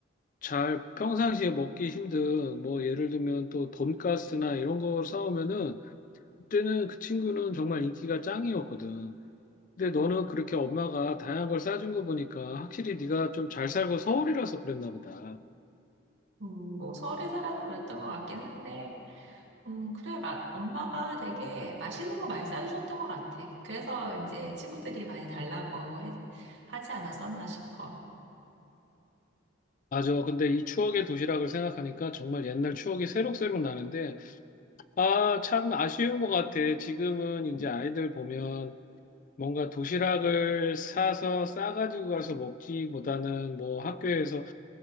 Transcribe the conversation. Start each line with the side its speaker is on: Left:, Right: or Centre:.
Left: 잘 평상시에 먹기 힘든 뭐 예를 들면 또 돈가스나 이런 거 싸우면은 그때는 그 친구는 정말 인기가 짱이었거든. 근데 너는 그렇게 엄마가 다양한 걸 싸준 거 보니까 확실히 네가 좀 잘 살고 서울이라서 그랬나 보다.
Right: 음, 뭐 서울에 살아서 그랬던 것 같긴 한데, 음, 그래, 마, 엄마가 되게 맛있는 거 많이 싸주셨던 것 같아. 그래서 이제 친구들이 많이 달라고 해- 하지 않았었나 싶어.
Left: 맞아. 근데 이 추억의 도시락을 생각하니까 정말 옛날 추억이 새록새록 나는데 아, 참 아쉬운 것 같아. 지금은 이제 아이들 보면 뭔가 도시락을 사서 싸가지고 가서 먹기보다는 뭐 학교에서